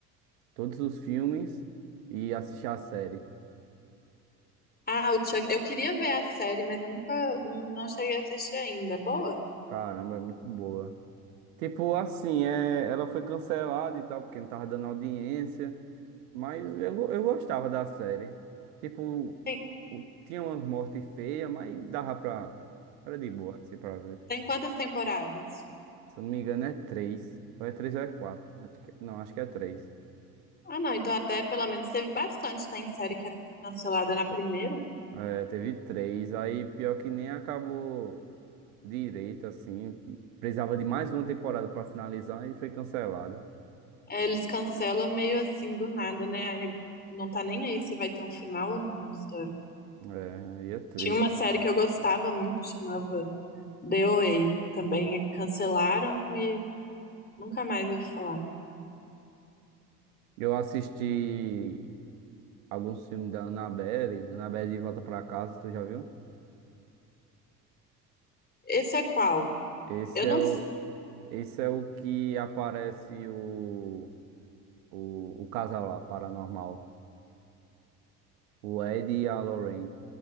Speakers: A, on the right (about 65°); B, on the left (about 20°).
A: todos os filmes e assisti a série.
B: Ah, o Chuck, eu queria ver a série, mas eu nunca, não, não cheguei a assistir ainda. É boa?
A: Caramba, é muito boa. Tipo assim, é, ela foi cancelada e tal, porque não tava dando audiência, mas eu, go- eu gostava da série. Tipo,
B: Tem,
A: o- tinha umas mortes feias, mas dava pra. Era de boa, assim, pra ver.
B: tem quantas temporadas?
A: Se eu não me engano, é três Ou é três ou é quatro Não, acho que é três
B: Ah, não, então até pelo menos teve bastante. Tem série que é cancelada na primeira.
A: É, teve três, aí pior que nem acabou direito, assim. Precisava de mais uma temporada pra finalizar e foi cancelada.
B: É, eles cancelam meio assim do nada, né? Aí não tá nem aí se vai ter um final ou não a história.
A: É, aí é triste.
B: Tinha uma série que eu gostava muito, chamava DOA. Também cancelaram e nunca mais eu ouvi falar.
A: Eu assisti alguns filmes da Annabelle, Annabelle de Volta pra Casa, tu já viu?
B: Esse é qual?
A: Esse
B: Eu não.
A: é o, esse é o que aparece o, o, o casal lá, paranormal, o Ed e a Lorraine,